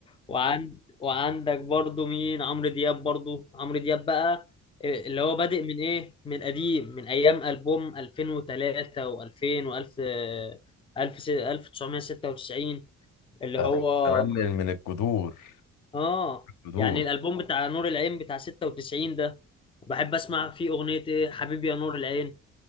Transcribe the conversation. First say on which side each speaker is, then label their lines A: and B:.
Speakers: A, on the left; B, on the left.
A: وعند وعندك برضو مين عمرو دياب برضو عمرو دياب بقى إيه، اللي هو بادئ من ايه من قديم من ايام البوم 2003 و2000 و1000 1000 1996 اللي
B: ده
A: هو
B: من زمان من من الجذور
A: اه
B: الجذور
A: يعني الالبوم بتاع نور العين بتاع 96 ده بحب اسمع فيه اغنية ايه حبيبي يا نور العين